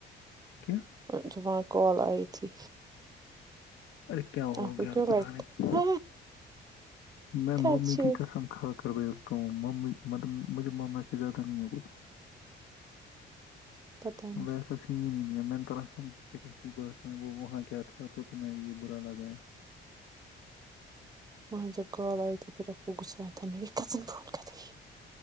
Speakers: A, on the left; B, on the right.
A: کیا
B: اچ جو وہاں کال آئی تھی
A: ارے کیا ہو
B: آپ کو
A: گیا
B: کیوں
A: بت
B: لگتا
A: نہیںے کی میں
B: ہے
A: ممی کی کسم کھا کر ب تو م مطلب مجھے مما سے زیادہ نہیں ہے کچھ
B: پتا ہے مجھے
A: ویسا سین ہی نہیں میں نے توا سمجھ سے ب وہ وہاں کیا تھا تو تمہ یہ برا لگا ہے
B: وہاں جب کال آئی تھی پھر آپ کو غسا آیا تھا میری کزن فون کر رہی ہے